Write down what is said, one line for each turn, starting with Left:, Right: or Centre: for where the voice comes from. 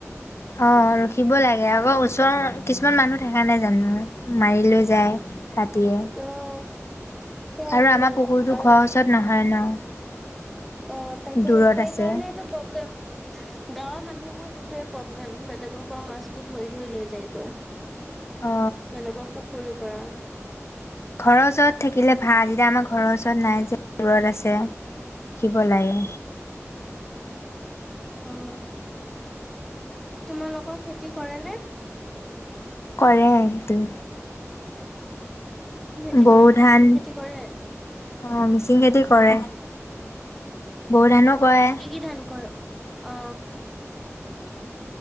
Left: অ ৰখিব লাগে আকৌ ওচৰৰ কিছুমান মানুহ দেখা নাই জানো মাৰি লৈ যায় ৰা তিয়ে,
Centre: অ', সেইয়াইতো
Left: আৰু আমাৰ পুখুৰীটো
Centre: আমাৰ
Left: ঘৰৰ ওচৰত নহয় ন।
Centre: অ তাকেই
Left: দূৰত
Centre: সেইকাৰণেটো
Left: আছে
Centre: প্ৰব্লেম। গাঁৱৰ মানুহবোৰ সেইটোৱে প্ৰব্লেম বেলেগৰ পৰা মাছবোৰ ধৰি ধৰি লৈ যায়গৈ।
Left: অ
Centre: বেলেগৰ পুখুৰীৰ পৰা
Left: ঘৰৰ ওচৰত থাকিলে ভাল এতিয়া আমাৰ ঘৰৰ ওচৰ ত নাই যে দূৰত আছে, ৰখিব লাগে।
Centre: উম, তোমালোকৰ খেতি কৰেনে?
Left: কৰে খেতি।
Centre: কি খেতি
Left: বৰো
Centre: কৰে
Left: ধান
Centre: মিচিং খেতি কৰে
Left: অ মিচিং হঁতে কৰে। বৰো ধানো কৰে।
Centre: কি কি ধান কৰে অ